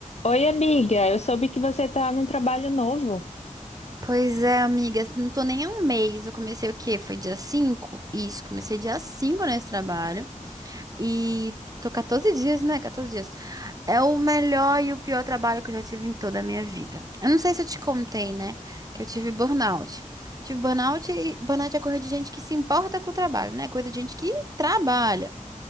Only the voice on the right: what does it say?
Pois é, amiga, assim, não tô nem há um mês. Eu comecei o quê? Foi dia cinco Isso, comecei dia 5 nesse trabalho. E tô 14 dias, né? 14 dias. É o melhor e o pior trabalho que eu já tive em toda a minha vida. Eu não sei se eu te contei, né? Que eu tive burnout. Tive burnout e burnout é coisa de gente que se importa com o trabalho, né? Coisa de gente que trabalha.